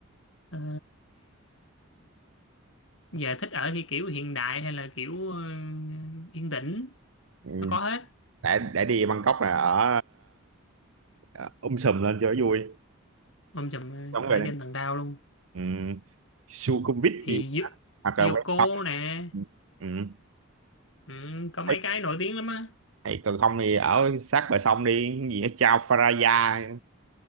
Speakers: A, on the left; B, on the right.
A: ờ, giờ thích ở thì kiểu hiện đại hay là kiểu ờ, yên tĩnh
B: ừ.
A: nó có hết
B: để để đi Bangkok là ở ờ, um sùm lên cho vui
A: ông chùm ờ,
B: đúng rồi
A: ở trên tầng cao luôn
B: ừ, Sukhumvit
A: thì
B: gì
A: Yu-
B: đó. hoặc là
A: Yoko
B: ven sông
A: nè
B: ừ. ừ.
A: ừ, có mấy
B: thấy
A: cái nổi tiếng lắm á
B: thì còn không thì ở sát bờ sông đi cái gì ở Chao Phraya